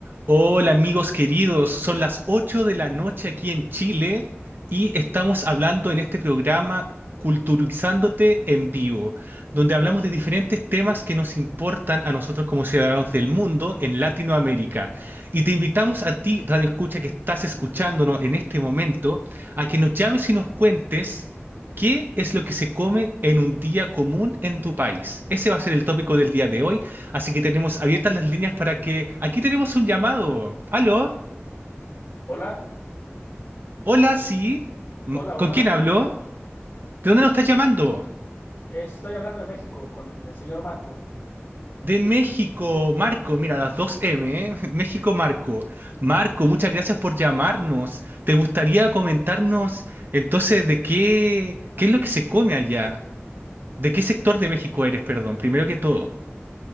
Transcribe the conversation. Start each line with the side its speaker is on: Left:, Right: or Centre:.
Right: Hola amigos queridos, son las 8 de la noche aquí en Chile y estamos hablando en este programa Culturizándote en vivo, donde hablamos de diferentes temas que nos importan a nosotros como ciudadanos del mundo en Latinoamérica. Y te invitamos a ti, Radio Escucha, que estás escuchándonos en este momento, a que nos llames y nos cuentes qué es lo que se come en un día común en tu país. Ese va a ser el tópico del día de hoy Así que tenemos abiertas las líneas para que... Aquí tenemos un llamado. ¿Aló?
Left: Hola,
Right: Hola, sí. Mm,
Left: hola, hola.
Right: ¿Con quién hablo? ¿De dónde nos estás llamando?
Left: Cu- Estoy hablando de México con el señor Marco.
Right: De México, Marco. Mira, las dos M, ¿eh? <laughs> México, Marco. Marco, muchas gracias por llamarnos. ¿Te gustaría comentarnos entonces de qué, qué es lo que se come allá? ¿De qué sector de México eres, perdón? Primero que todo.